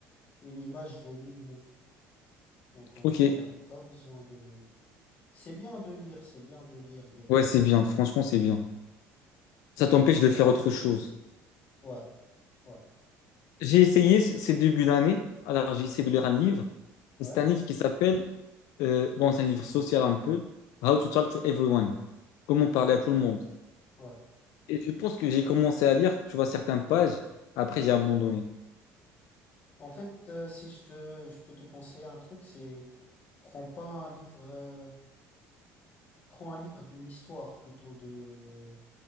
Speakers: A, on the left; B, on the left.
A: une image vaut mille mots. Donc en
B: Ok.
A: vrai, on n'a pas besoin de... C'est bien de lire, c'est bien de lire des fois.
B: Ouais, c'est bien. Franchement, c'est bien. Ça t'empêche de faire autre chose.
A: Ouais, ouais,
B: J'ai essayé c- ces débuts d'année. Alors, j'ai essayé de lire un livre.
A: ouais,
B: C'est un livre qui s'appelle, euh, bon, c'est un livre social un peu, How to Talk to Everyone. Comment
A: mhm,
B: parler à tout le monde.
A: ouais,
B: Et je pense que j'ai commencé à lire, tu vois, certaines pages. Après,
A: ouais.
B: j'ai abandonné.
A: En fait, euh, si je te, je peux te conseiller un truc, c'est prends pas un livre, euh, prends un livre d'une histoire plutôt de